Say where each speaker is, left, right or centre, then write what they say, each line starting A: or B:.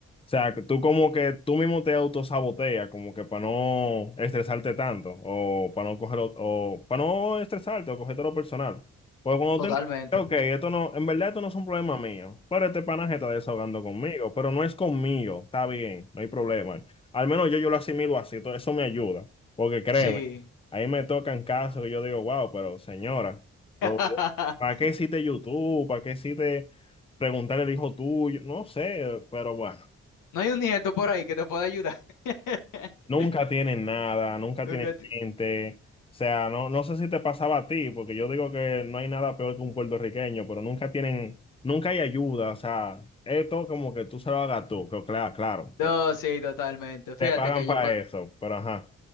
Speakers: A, on the left; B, on the left.
A: sea, tú como que tú mismo te autosaboteas, como que para no estresarte tanto, o para no cogerlo, o para no estresarte, o cogerte lo personal. Pues cuando
B: Totalmente,
A: tú entiendes, ok, esto no, en verdad esto no es un problema mío, pero este panaje está desahogando conmigo, pero no es conmigo, está bien, no hay problema. Al menos yo, yo lo asimilo así, entonces eso me ayuda, porque créeme,
B: sí.
A: ahí me tocan casos que yo digo, wow, pero señora, lo-
B: <laughs>
A: ¿para qué hiciste YouTube? ¿Para qué hiciste preguntarle al hijo tuyo? No sé, pero bueno.
B: No hay un nieto por ahí que te pueda ayudar. <laughs>
A: Nunca tienen nada, nunca
B: Nunca
A: tienen
B: te-
A: gente. O sea, no, no sé si te pasaba a ti, porque yo digo que no hay nada peor que un puertorriqueño, pero nunca tienen, nunca hay ayuda. O sea, esto como que tú se lo hagas tú, que claro, claro,
B: No,
A: te,
B: sí, totalmente. Fíjate
A: te pagan
B: que
A: para
B: yo,
A: eso, pero ajá.